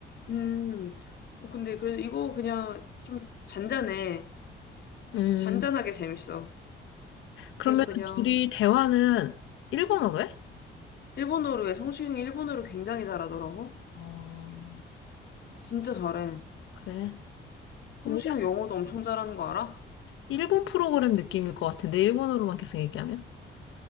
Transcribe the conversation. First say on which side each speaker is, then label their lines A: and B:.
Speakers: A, on the left; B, on the left.
A: 음. 어, 근데 그래 이거 그냥 좀 잔잔해.
B: 음.
A: 잔잔하게 재밌어.
B: 그러면
A: 그래서 그냥
B: 둘이 대화는 일본어로 해?
A: 일본어로 해. 성시경이 일본어를 굉장히 잘하더라고.
B: 어,
A: 진짜 잘해.
B: 그래.
A: 성시경
B: 우리
A: 영어도 엄청 잘하는 거 알아?
B: 일본 프로그램 느낌일 것 같은데, 일본어로만 계속 얘기하면?